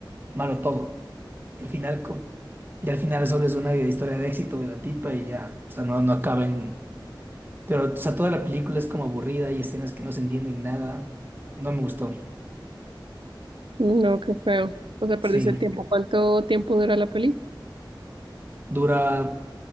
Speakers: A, on the right; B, on the right.
A: malo todo. Y al final co- y al final solo es una historia de éxito de la tipa y ya, o sea, no, no acaba en Pero, o sea, toda la película es como aburrida, hay escenas que no se entienden nada. No me gustó.
B: No, qué feo. O sea,
A: Sí,
B: perdiste el tiempo. ¿Cuánto tiempo dura la peli?
A: dura